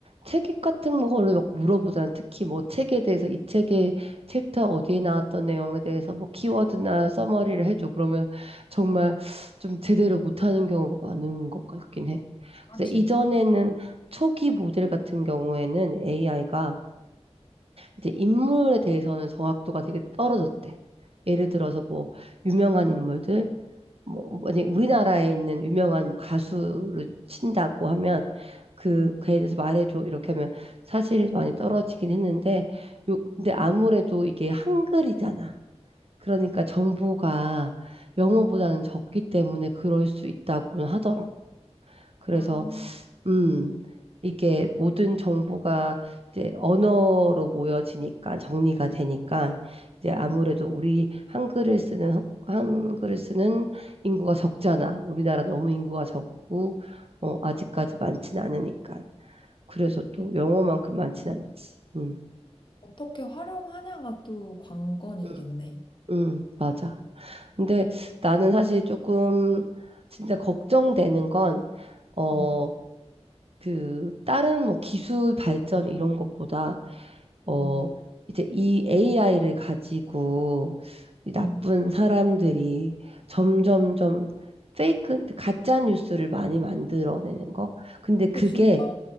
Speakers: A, on the right; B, on the left.
A: 책 같은 거를 막 물어보잖아. 특히 뭐 책에 대해서 이 책의 챕터 어디에 나왔던 내용에 대해서 뭐 키워드나 서머리를 해줘. 그러면 정말
B: 응.
A: 좀 제대로 못하는 경우가 많은 것 같긴 해.
B: 아,
A: 그래서
B: 진짜?
A: 이전에는 초기 모델 같은 경우에는 AI가 이제 인물에 대해서는 정확도가 되게 떨어졌대. 예를 들어서 뭐 유명한 인물들, 뭐, 만약에 우리나라에 있는 유명한 뭐 가수를 친다고 하면 그
B: 응.
A: 그에 대해서 말해줘 이렇게 하면 사실 많이 떨어지긴 했는데 요 근데
B: 응.
A: 아무래도 이게 한글이잖아. 그러니까 정보가 영어보다는
B: 어,
A: 적기 때문에 그럴 수 있다고는 하더라고. 그래서
B: 아,
A: 음,
B: 어.
A: 이게 모든 정보가 이제 언어로 모여지니까 정리가 되니까 이제 아무래도 우리 한글을 쓰는 한- 한글을 쓰는 인구가 적잖아. 우리나라 너무 인구가 적고 어, 아직까지 많진 않으니까. 그래서 또
B: 이
A: 영어만큼 많진 않지. 음,
B: 어떻게 활용하냐가 또 관건이겠네.
A: 음, 음, 맞아. 근데 나는 사실 조금 진짜 걱정되는 건 어,
B: 음,
A: 그 다른 뭐 기술 발전 이런 것보다 어,
B: 음,
A: 이제 이 AI를 가지고 이 나쁜
B: 음.
A: 사람들이 점점 점 페이크, 가짜 뉴스를 많이 만들어내는 거. 근데 그게,
B: 근데 진짜